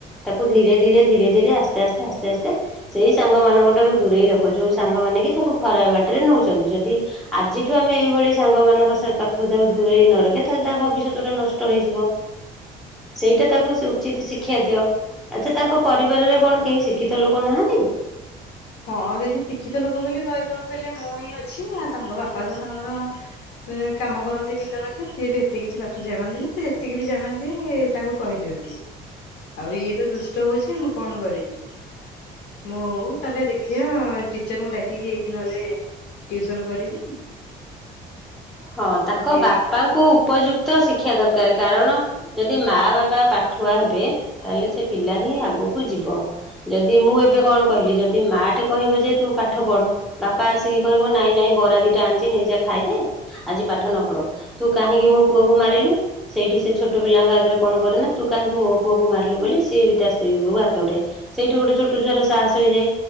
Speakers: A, in the centre; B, on the left.
A: ତାକୁ ଧୀରେ ଧୀରେ ଧୀରେ ଧୀରେ ଆସ୍ତେ ଆସ୍ତେ ଆସ୍ତେ ଆସ୍ତେ ସେଇ ସାଙ୍ଗ ମାନଙ୍କ ଠାରୁ ଦୂରେଇ ରଖ ଯୋଉ ସାଙ୍ଗ ମାନେ କି ତାକୁ ଖରା ବାଟରେ ନଉଛନ୍ତି ଯଦି ଆଜିଠୁ ଆମେ ଏଇଭଳି ସାଙ୍ଗମାନାନଙ୍କ ପାଖରୁ ତାକୁ ଦୂରେଇ ନରଖେ ତାହେଲେ ତା ଭବିଷ୍ୟତଟା ନଷ୍ଟ ହେଇଯିବ ସେଇଟା ତାକୁ ସେ ଉଚିତ ଶିକ୍ଷା ଦିଅ ଆଚ୍ଛା ତାଙ୍କ ପରିବାରରେ କଣ କେହି ଶିକ୍ଷିତ ଲୋକ ନାହାନ୍ତି?
B: ହଁ ଦିଦି ଶିକ୍ଷିତ ଲୋକ ବୋଲି କହିବାକୁ ଗଲେ ମୁଁ ହିଁ ଅଛି ଆଉ ତାଙ୍କ ବାପା ତ ତାଙ୍କର କାମ କରନ୍ତି ବିଲବତି ସିଏ ବି ଏତେ କିଛି ପାଠ ଜାଣନ୍ତିନି ସେ ଯେତିକି ବି ଜାଣନ୍ତି ତାଙ୍କୁ କହିଦିଅନ୍ତି ଆଉ ଇଏ ତ ଦୁଷ୍ଟ ହଉଛି ମୁଁ କଣ କରିବି ମୁଁ ତାହେଲେ ଦେଖିଆ ଟିଚର ଙ୍କୁ ଡା କି ଏଇଠି ନହଲେ ଟିଉସନ କରିବି।
A: ହଁ ତାଙ୍କ
B: ଆଉ ସିଏ
A: ବାପାଙ୍କୁ
B: ଟି
A: ଉପଯୁକ୍ତ ଶିକ୍ଷା ଦରକାର କାରେ କାରଣ ଯଦି ମା ବାପା ପାଠୁଆ ହେବେ ତାହେଲେ ସେ ପିଲା ହିଁ ଆଗକୁ ଯିବ ଯଦି ମୁଁ ଏବେ କଣ କହିଲି ଯଦି ମା ଟେ କହିବ ଯେ ତୁ ପାଠ ପଢ ବାପା ଆସିକି କହିବ ନାଇଁ ନାଇଁ ବରା ଦିଟା ଆଣିଛି ନେଇଯା ଖାଇଦେ ଆଜି ପାଠ ନ ପଢ ତୁ କାହିଁକି ମୋ ପୁଅକୁ ମାରିଲୁ ସେଇଠି ସେ ଛୋଟ ପିଲାଙ୍କ ଆଗରେ କଣ କରେ ନା ତୁ କାହିଁକି ମୋ ପୁଅକୁ ମାରିଲୁ ବୋଲି ସିଏ ବି ତା ସ୍ତ୍ରୀ ଉପରକୁ ହାତ ଉଠା ସେଇଠି ଗୋଟେ ଛୋଟ ଛଆର ସାହସ ହେଇଯାଏ